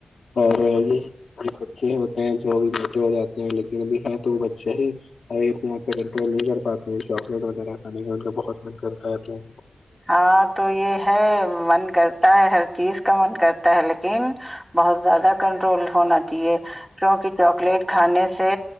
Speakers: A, on the left; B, on the right.
A: اور یہ بچے ہوتے ہیں جوب موٹے ہو جاتے ہیں لیکن ابھی ہے تو وہ بچے ہی ابھی اپنے آپ پہ کنٹرول نہیں کر پاتے چاکلیٹ وغیرہ کھانے کا ان کا بہت من کرتا تھاے
B: ہاں تو یہ ہے من کرتا ہے ہر چیز کا من کرتا ہے لیکن بہت زیادہ کنٹرول ہونا چاہیے کیونکہ چاکلیٹ کھانے سے